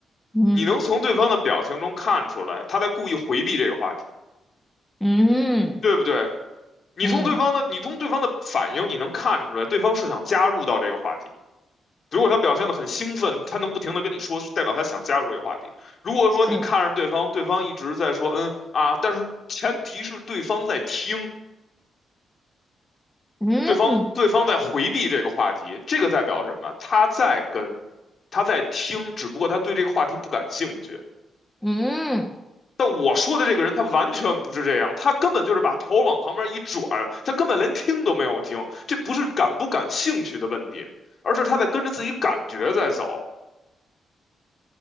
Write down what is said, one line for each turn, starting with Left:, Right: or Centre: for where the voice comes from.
Centre: 嗯
Left: 你能从对方的表情中看出来，他在故意回避这个话题，
Centre: 嗯
Left: 对不对？你从对方的，
Centre: 嗯，
Left: 你从对方的反应，你能看出来，对方是想加入到这个话题。如果他表现得很兴奋，他能不停地跟你说，代表他想加入这个话题。如果说你看着对方，
Centre: 是，
Left: 对方一直在说嗯啊，但是前提是对方在听，
Centre: 嗯
Left: 对方对方在回避这个话题，这个代表什么？他在跟，他在听，只不过他对这个话题不感兴趣。
Centre: 嗯。
Left: 但我说的这个人，他完全不是这样，他根本就是把头往旁边一转，他根本连听都没有听。这不是感不感兴趣的问题，而是他在跟着自己感觉在走。